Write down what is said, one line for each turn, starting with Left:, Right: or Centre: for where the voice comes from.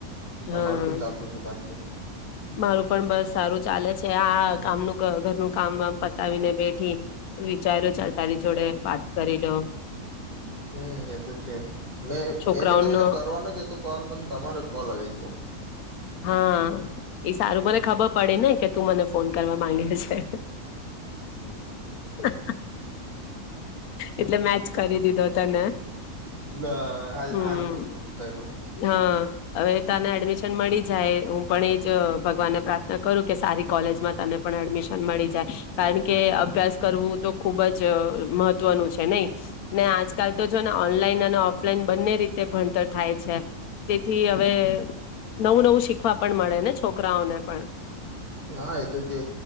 Right: તમાર
Left: હા
Right: શું ચાલતું છે બાકી?
Left: મારું પણ બસ સારું ચાલે છે, આ કામનું ઘ ઘરનું કામા વામ પતાવીને બેઠી, વિચાર્યું ચાલ તારી જોડે વાત કરી લઉં.
Right: હમ્મ, એ તો છ, મે
Left: છોકરાઓનો
Right: મેબી તમને કરવાનો જ હતો કોલ પણ તમારો જ કોલ આવી ગ્યો.
Left: હાં, એ સારું, મને ખબર પડે ને કે તું મને ફોન કરવા માંગે છે. <unintelligible> એટલે મેજ કરી દીધો. તને
Right: બ હા
Left: હમ
Right: હારું કીધુ કઈરું.
Left: હા હવે તને એડમિશન મળીજ્ જાય, હું પણ એજ જ ભગવાનને પ્રાર્થના કરું કે સારી કોલેજમાં તને પણ એડમિશન મળી જાય, કારણ કે અભ્યાસ કરવું તો ખુબ જ મહત્વનું છે, નહી? ને આજકાલ તો જો ને ઓનલાઈન અને ઓફ ફલાઈન બંને રીતે ભણતર થાય છે, તેથી અવે નવું નવું શીખવા પણ મળે ને છોકરાઓને પણ.
Right: હા એ તો જે,